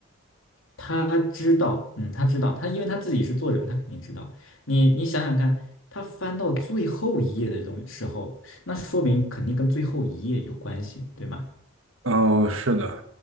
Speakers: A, on the left; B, on the right.
A: 他知道，嗯，他知道，他因为他自己是作者嘛，他肯定知道。你你想想看，他翻到最后一页的东时候，那说明肯定跟最后一页有关系，对吗？
B: 哦，是的，